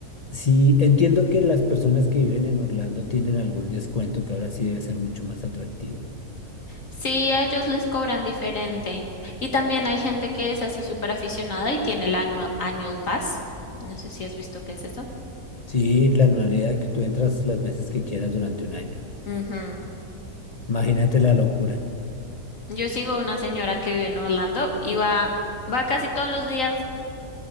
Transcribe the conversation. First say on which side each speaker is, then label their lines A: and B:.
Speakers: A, on the left; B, on the left.
A: Sí, entiendo que las personas que viven en Orlando tienen algún descuento que ahora sí debe ser mucho más atractivo.
B: Sí, a ellos les cobran diferente. Y también hay gente que es así súper aficionada y tiene el annual, annual pass. No sé si has visto qué es esto.
A: Sí, la anualidad que tú entras las veces que quieras durante un año.
B: Ujú.
A: Imagínate la locura.
B: Yo sigo una señora que vive en Orlando y va, va casi todos los días.